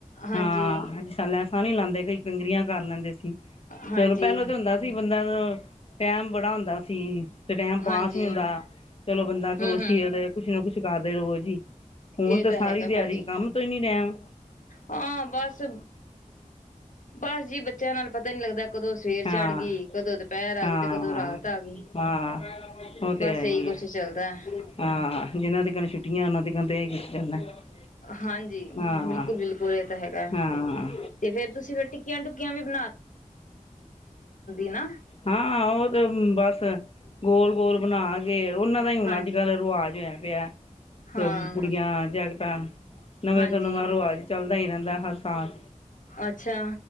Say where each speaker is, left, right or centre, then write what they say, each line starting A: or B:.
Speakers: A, on the left; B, on the left.
A: ਹਾਂਜੀ
B: ਹਾਂ ਸਾਂ ਨੀ ਲਾਂਦੇ ਕਈ ਕਿੰਗਰਿਆ ਕਰ ਲੈਂਦੇ ਸੀ
A: ਹਾਂਜੀ
B: ਚਲੋ ਪਹਿਲੋਂ ਤਾਂ ਹੁੰਦਾ ਸੀ ਬੰਦਾ ਨੂੰ ਟਾਈਮ ਬੜਾ ਹੁੰਦਾ ਸੀ ਤੇ ਟੈਮ ਪਾਸ
A: ਹਾਂਜੀ
B: ਨੀ ਹੁੰਦਾ ਚਲੋ ਬੰਦਾ ਕਰੋਸ਼ੀਏ
A: ਹੂੰ ਹੂੰ
B: ਦੇ ਕੁਛ ਨਾ ਕੁਛ ਕਰਦੇ ਰਹੋ ਜੀ ਹੁਣ
A: ਇਹ
B: ਤਾਂ ਸਾਰੀ
A: ਹੈਗਾ
B: ਦਿਹਾੜੀ
A: ਭੈਣ ਜੀ
B: ਕੰਮ ਤੋਂ ਹੀ ਨੀ ਟਾਈਮ
A: ਹਾਂ ਬਸ ਬਸ ਜੀ ਬੱਚਿਆਂ ਨਾਲ ਪਤਾ ਨੀ ਲੱਗਦਾ ਕਦੋਂ ਸਵੇਰ ਚੜ
B: ਹਾਂ
A: ਗਈ ਕਦੋਂ ਦੁਪਹਿਰ ਆ
B: ਹਾਂ
A: ਗਈ ਤੇ ਕਦੋਂ ਰਾਤ ਆ ਗਈ
B: ਹਾਂ ਉਹ ਤੇ
A: ਬਸ
B: ਹੈ
A: ਇਹੀ
B: ਹੀ
A: ਕੁਛ
B: ਹੈ
A: ਚੱਲਦਾ ਹੈ।
B: ਹਾਂ ਜਿਨਾਂ ਤੀਕਨ ਛੁੱਟੀਆਂ ਉਹਨਾਂ ਤੀਕਨ <unintelligible>
A: ਹਾਂਜੀ।
B: ਹਾਂ
A: ਬਿਲਕੁਲ, ਬਿਲਕੁਲ ਇਹ ਤਾਂ ਹੈਗਾ
B: ਹਾਂ
A: ਤੇ ਫੇਰ ਤੁਸੀਂ ਫਿਰ ਟਿੱਕੀਆਂ ਟੁਕੀਆਂ ਵੀ ਬ ਨਾ
B: ਹਾਂ ਉਹ ਤੇ ਬਸ ਗੋਲ, ਗੋਲ ਬਣਾ ਕੇ। <unintelligible> ਉਹਨਾਂ ਦਾ ਹੀ ਹੁਣ
A: ਹਾਂਜੀ
B: ਅੱਜ, ਕੱਲ੍ਹ ਰਿਵਾਜ ਹੋਇਆ ਪਿਆ
A: ਹਾਂ
B: ਕੁੜੀਆਂ ਜੈਕਟਾਂ ਨਵੇਂ
A: ਹਾਂਜੀ
B: ਤੋਂ ਨਵਾਂ ਰਿਵਾਜ ਚੱਲਦਾ ਦਾ ਹੀ ਰਹਿੰਦਾ ਹਰ ਸਾਲ
A: ਅੱਛਾ।